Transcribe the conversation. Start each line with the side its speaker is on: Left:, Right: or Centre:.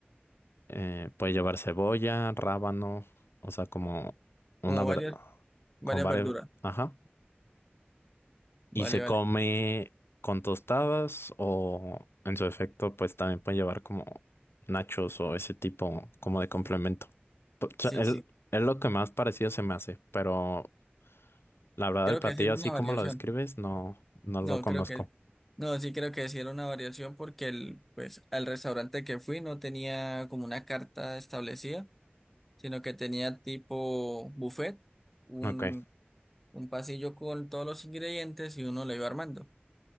Left: eh, puede llevar cebolla, rábano, o sea, como una
Centre: como
Left: verdad,
Centre: varias, varias
Left: con varias,
Centre: verduras.
Left: ajá.
Centre: Vale,
Left: y se
Centre: vale.
Left: come con tostadas o en su efecto pues también pueden llevar como nachos o ese tipo como de complemento. Po- o sea,
Centre: Sí,
Left: es,
Centre: sí.
Left: es lo que más parecido se me hace, pero la verdad
Centre: Creo
Left: el platillo
Centre: que sí era
Left: así
Centre: una
Left: como
Centre: variación.
Left: lo describes no, no
Centre: No,
Left: lo conozco.
Centre: creo que. No, sí creo que sí era una variación porque el, pues, al restaurante que fui no tenía como una carta establecida, sino que tenía tipo buffet, un,
Left: Ok.
Centre: un pasillo con todos los ingredientes y uno lo iba armando.